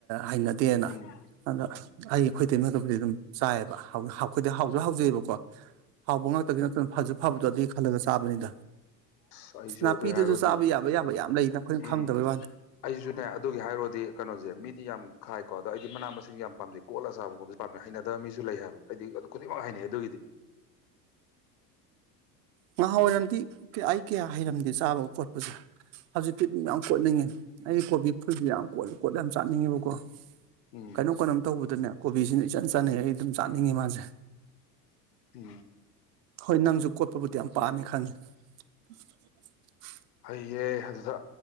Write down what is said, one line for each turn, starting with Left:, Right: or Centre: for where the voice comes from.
Right: ꯍꯩꯅꯗꯦꯅ
Left: ꯎꯝ
Right: ꯑꯗꯣ ꯑꯩꯒꯤ ꯑꯩꯈꯣꯏ ꯇꯩꯝꯅꯕꯨꯗꯤ ꯑꯗꯨꯝ ꯆꯥꯏꯑꯕ ꯑꯩꯈꯣꯏꯗꯤ ꯍꯥꯎꯁꯨ ꯍꯥꯎꯖꯩꯑꯕꯀꯣ <inaudible> ꯍꯥꯎꯕ ꯉꯥꯛꯇꯒꯤ ꯅꯠꯇꯅ ꯐꯁꯨ ꯐꯕꯗꯣ ꯑꯗꯨꯒꯤ ꯈꯜꯂꯒ ꯆꯥꯕꯅꯤꯗ
Left: ꯑꯁ ꯑꯩꯁꯨ
Right: ꯅꯥꯄꯤꯗꯨꯁꯨ
Left: ꯑꯗꯨꯏ ꯍꯥꯏꯔꯣꯗꯤ
Right: ꯆꯥꯕ ꯌꯥꯕ ꯌꯥꯕ ꯌꯥꯝ ꯂꯩꯗ ꯑꯩꯈꯣꯏꯅ
Left: ꯎꯝ
Right: ꯈꯪꯗꯕꯩ ꯋꯥꯅꯤ
Left: ꯑꯩꯁꯨꯅꯦ ꯑꯗꯨꯒꯤ ꯍꯥꯏꯔꯣꯗꯤ ꯀꯩꯅꯣꯁꯦ ꯃꯤꯗꯤ ꯌꯥꯝ ꯈꯥꯏ ꯀꯣ ꯑꯗꯣ ꯑꯩꯗꯤ ꯃꯅꯥ ꯃꯁꯤꯡ ꯌꯥꯝ ꯄꯥꯝꯖꯩ ꯀꯣꯠꯂ ꯆꯥꯕ ꯈꯣꯠꯄꯖꯦ ꯄꯥꯛ ꯍꯩꯅꯗ ꯃꯤꯁꯨ ꯂꯩ ꯍꯥꯏꯕ ꯍꯥꯏꯗꯤ ꯑꯗꯨ ꯈꯨꯗꯤꯡꯃꯛ ꯍꯥꯏꯅꯩ ꯑꯗꯨꯒꯤꯗꯤ
Right: ꯉꯥꯍꯥ ꯑꯣꯏꯔꯝꯗꯤ ꯑꯩ ꯀꯌꯥ ꯍꯩꯔꯝꯗꯦ ꯆꯥꯕ ꯈꯣꯠꯄꯁꯦ ꯍꯧꯖꯤꯛꯇꯤ ꯑꯗꯨꯝ ꯌꯥꯝ ꯀꯣꯠꯅꯤꯡꯉꯦ ꯑꯩꯒꯤ ꯀꯣꯕꯤ ꯐꯨꯜꯁꯦ ꯌꯥꯝ ꯀꯣꯠꯂ ꯀꯣꯠꯂ ꯌꯥꯝ ꯆꯥꯅꯤꯡꯉꯦꯕꯀꯣ
Left: ꯎꯝ
Right: ꯀꯩꯅꯣ ꯀꯩꯅꯣꯝ ꯇꯧꯕꯗꯨꯅꯦ ꯀꯣꯕꯤꯁꯤꯅ ꯏꯆꯟ ꯆꯠꯅꯤ ꯑꯩ ꯑꯗꯨꯝ ꯆꯥꯅꯤꯡꯉꯤ ꯃꯥꯁꯦ꯫
Left: ꯎꯝ
Right: ꯍꯣꯏ ꯅꯪꯁꯨ ꯀꯣ꯫ ꯄꯕꯨꯗꯤ ꯌꯥꯝ ꯄꯥꯝꯃꯤ ꯈꯪꯉꯤ꯫ <unintelligible>
Left: ꯏꯍꯦ ꯑꯗꯨꯗ